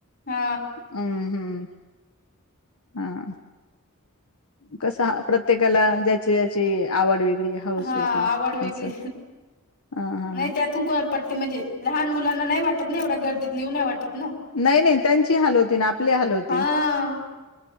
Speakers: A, on the left; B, on the left.
A: हा
B: हम् हम्म, हा. कस प्रत्येकाला ज्याची ज्याची आवड वेगळी हाऊस
A: हा
B: वेगळी
A: आवड वेगळी,
B: असं ह हा
A: नाही त्यातून कोणा पट्टी म्हणजे लहान मुलांना नाहीं वाटतं नाहीं एवढ्या गर्दीत नेऊन नाहीं वाटतं.
B: नाहीं नाहीं त्यांचीही हाल होती नां आपलीं हाल होतें.
A: हा